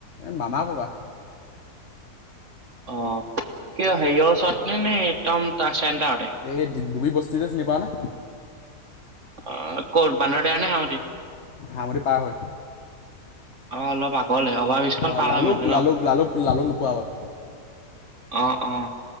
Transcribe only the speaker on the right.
অ', কিয় হেৰিয়ৰ ওচৰত নে নে একদম তাৰ চেণ্টাৰতে
অ', ক'ত বান্দৰদেৱা নে হাৰমুটি?
অ', অলপ আগলৈ অভাৰ ব্ৰিজখন
পাৰ
হয় মানে ন।
অ',
অ',